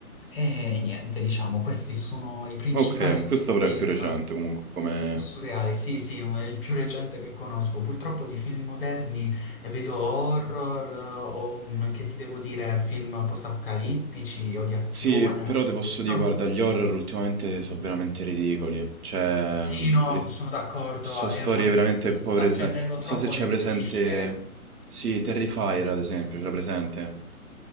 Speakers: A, on the left; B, on the right.
A: e, e niente, diciamo, questi sono i principali
B: Ok, questo però
A: film.
B: è più recente comunque come...
A: Surreale, sì, sì, è il più recente che conosco. Purtroppo di film moderni eh, vedo horror eh, o mm, che ti devo dire, film post-apocalittici o di azione.
B: Sì, però ti posso
A: Insomma,
B: dire, guarda, gli horror ultimamente sono veramente ridicoli. Cioè,
A: sì,
B: mm,
A: no,
B: ri-
A: sono d'accordo,
B: so storie
A: e ormai
B: veramente
A: si
B: povere
A: sta
B: di
A: scendendo
B: sen- Non
A: troppo
B: so se c'è
A: nel
B: presente...
A: cliché.
B: Sì, Terrifier ad esempio, ce l'ha presente?